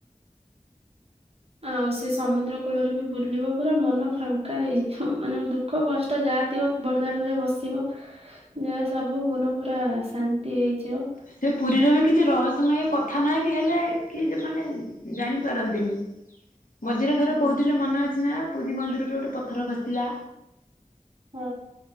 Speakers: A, on the right; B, on the left.
A: ଆଉ ସେ ସମୁଦ୍ର କୂଳରେ ବି ବୁଲିବ ପୁରା ମନ ଫାଙ୍କା ହେଇଯିବ। ମାନେ ଦୁ ଦୁଃଖ କଷ୍ଟ ଯାହା ଥିବ ବଡ଼ଦାଣ୍ଡ ରେ ବସିବ। ଦେଖିବ ସବୁ ମନ ପୁରା ଶାନ୍ତି ହେଇଯିବ।
B: ସେ ପୁରୀର ବି କିଛି ରହସ୍ୟମୟ କଥା ନାହିଁ କି ହେଲେ କି ସେମାନେ ଜାଣିପାରନ୍ତିନି। ମଝିରେ ଥରେ
A: ହୁଁ।
B: କହୁଥିଲେ ମନେ ଅଛି ନା। ପୁରୀ ମନ୍ଦିରରେ ଗୋଟେ ପଥର ଖସିଲା।
A: ହୁଁ।